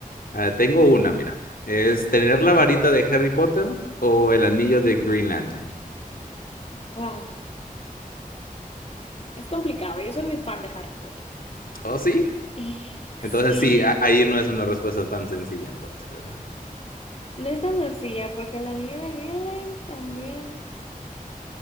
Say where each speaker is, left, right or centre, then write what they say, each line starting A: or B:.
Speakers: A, on the left; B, on the left.
A: Ah, tengo una, mira. ¿Es tener la varita de Harry Potter o el anillo de Green Lantern?
B: Wow. es complicado. Yo soy muy fan de Harry Potter.
A: ¿Oh, sí?
B: Eh,
A: Entonces
B: sí,
A: sí, a- ahí no es una respuesta tan sencilla, entonces, ¿verdad?
B: no es tan sencilla porque la niña de Greenland también